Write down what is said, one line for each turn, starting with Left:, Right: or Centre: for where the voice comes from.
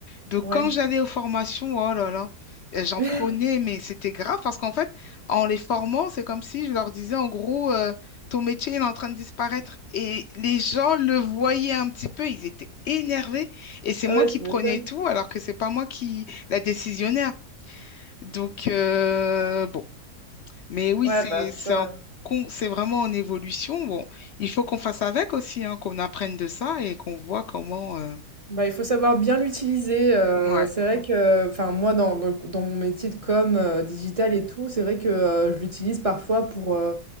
Left: Donc
Right: Ouais.
Left: quand j'allais aux formations, oh là là, euh, j'en
Right: <laughs>
Left: prenais, mais c'était grave parce qu'en fait en les formant, c'est comme si je leur disais en gros euh, ton métier il est en train de disparaître et les gens le voyaient un petit peu, ils étaient énervés et c'est
Right: Ah
Left: moi
Right: ouais,
Left: qui
Right: tu
Left: prenais
Right: m'étonnes.
Left: tout alors que c'est pas moi qui la décisionnaire. Donc, euh, bon. Mais oui,
Right: Ouais,
Left: c'est,
Right: bah, c'est
Left: c'est
Right: ça.
Left: en con- c'est vraiment en évolution. Bon, il faut qu'on fasse avec aussi, hein, qu'on apprenne de ça et qu'on voit comment. euh,
Right: Bah, il faut savoir bien l'utiliser. euh,
Left: Ouais,
Right: c'est vrai que, enfin, moi, dans, dans, dans mon métier de com, euh, digital et tout, c'est vrai que euh, je l'utilise parfois pour, euh,